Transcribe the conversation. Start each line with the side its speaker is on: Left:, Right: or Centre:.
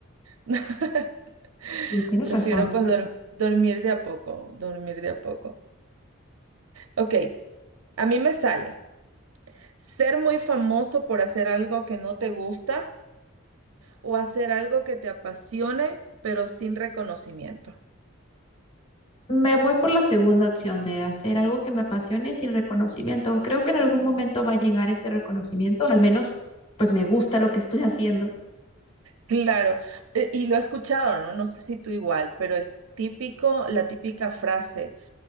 Right: <laughs>
Left: sí, tienes
Right: Prefiero
Left: razón.
Right: pues dor- dormir de a poco, dormir de a poco. Ok, a mí me sale ser muy famoso por hacer algo que no te gusta o hacer algo que te apasione, pero sin reconocimiento.
Left: Me voy por la segunda opción de hacer algo que me apasione sin reconocimiento. Creo que en algún momento va a llegar ese reconocimiento, al menos pues me gusta lo que estoy haciendo.
Right: Claro, eh, y lo he escuchado, ¿no? No sé si tú igual, pero el típico, la típica frase,